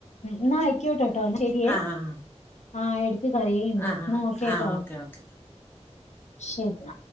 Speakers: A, on the left; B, on the left.
A: ന്ന ആയികോട്ടേകോട്ടോ ശെരിയെ
B: ആഹ് ആഹ്
A: ആഎ മഴയുണ്ട്.
B: ആഹ്
A: എന്ന
B: ആഹ്
A: ഓകെ കേട്ടോ.
B: ആഹ് ഓക്കെ ഓക്കെ
A: ശരി.